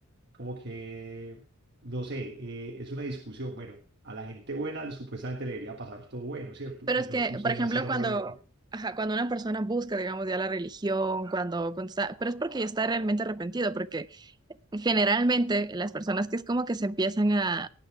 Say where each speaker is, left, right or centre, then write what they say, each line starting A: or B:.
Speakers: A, on the right; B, on the right.
A: como que, no sé, eh, es una discusión, bueno, a la gente buena supuestamente le debería pasar todo bueno, ¿cierto?
B: pero
A: Y
B: es
A: no
B: que,
A: sucede
B: por ejemplo,
A: así normalmente.
B: cuando, ajá, cuando una persona busca, digamos, ya la religión, cuando, cuando está, pero es porque ya está realmente arrepentido, Generalmente las personas que es como que se empiezan a,